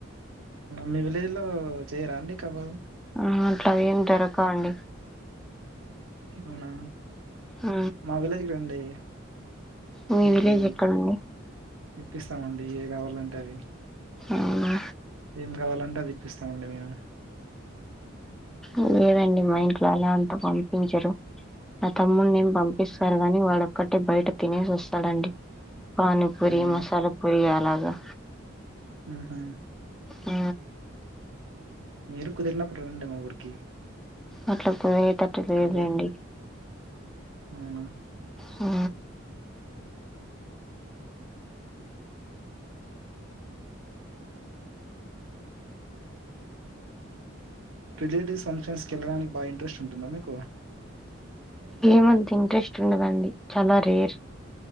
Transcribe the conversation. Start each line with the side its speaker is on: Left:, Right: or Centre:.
Right: మీ విలేజ్లో చేరండి కబాబు
Centre: ఆ అట్లా ఏం దొరకవండి
Right: అవునా
Centre: ఆ
Right: మా విలేజ్ రండి
Centre: మీ
Right: మీకి
Centre: విలేజ్ ఎక్కడండి
Right: ఇప్పిస్తామండి ఏమి కావాలంటే అవి
Centre: అవునా
Right: ఏం కావాలంటే అవి ఇప్పిస్తామండి మేము
Centre: ఉ లేదండి మా ఇంట్లో అలా అంతా పంపించరు నా తమ్ముడి ఏం పంపిస్తారు గాని వాడొక్కటే బయట తిను సస్తాడండి పానీపూరి
Right: అవునా
Centre: మసాలా పూరి అలాగా
Right: ఆహా!
Centre: ఉ
Right: మీరు కుదిరినప్పుడు రండి మా ఊరికి
Centre: అట్లా కుదియేటట్టు లేదులేండి
Right: కబాబ్ అవునా!
Centre: హా
Right: రిలేటివ్స్ ఫంక్షన్స్కి వెళ్ళడానికి ఇంట్రస్ట్ ఉంటుందా మీకు
Centre: ఏమంత ఇంట్రెస్ట్ ఉండదండి చాలా రేర్